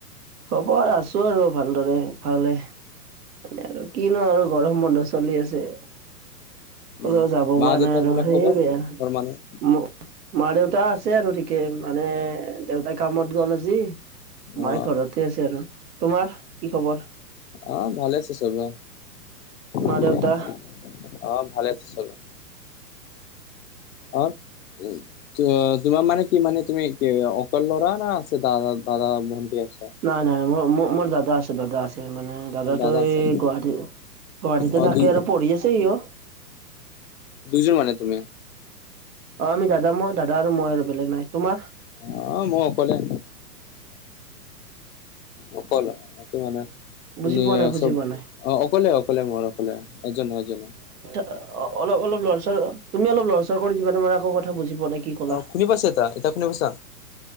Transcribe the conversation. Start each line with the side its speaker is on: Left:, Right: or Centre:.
Right: খবৰ আছো আৰু ভালদৰে ভালে এ আৰু কিনো আৰু গৰম বন্ধ চলি আছে। কলো
Left: উম
Right: যাব পৰা
Left: মা দেউতাৰ
Right: নাই আৰু
Left: বিলাক
Right: সেই
Left: খবৰ
Right: বেয়া
Left: ঘৰ মানুহ
Right: ম। মা দেউতা আছে আৰু ঠিকে মানে দেউতা কামত গল আজি।
Left: অ
Right: মায়ে ঘৰতে আছে আৰু তোমাৰ কি খবৰ
Left: অ ভালে আছে চবে
Right: মা
Left: ঠিকে
Right: দেউতা
Left: আছে অ ভালে আছে চবে। অ উম। তোৱা তোমাৰ মানে কি মানে তুমি কি অকল ল'ৰা না আছে দাদা দাদা ভন্টি আছে।
Right: নাই নাই মই মো মোৰ দাদা আছে দাদা আছে মানে দাদটোই
Left: দাদা আছে
Right: গুৱাহাটী গুৱাহাটীতে
Left: অ
Right: থাকে
Left: দুই
Right: আৰু পঢ়ি আছে ইউ।
Left: দুইজন মানে তুমি।
Right: অ আমি দাদা মই দাদা আৰু মই আৰু বেলেগ নাই তোমাৰ।
Left: অ মই অকলে অকলে আছোঁ মানে সোনিয়ে
Right: বুজি পোৱা নাই বুজি
Left: চব,
Right: পোৱা নাই।
Left: অ অকলে অকলে মোৰ অকলে এজনে এজনে
Right: অ অলপ অলপ লৰচৰ তুমি অলপ লৰচৰ কৰি দিবা তোমাৰ আকৌ কথা কথা বুজি পোৱা নাই কি কলা,
Left: অ শুনি পাইছে এতিয়া এতিয়া শুনি পাইছা